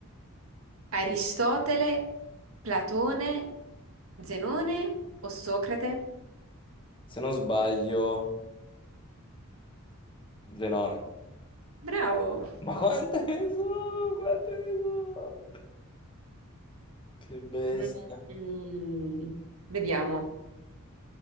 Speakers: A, on the right; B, on the left.
A: Aristotele, Platone, Zenone o Socrate?
B: Se non sbaglio, Zenone.
A: Bravo.
B: Ma quante ne so? Quante ne so? Che bestia.
A: Mm, vediamo.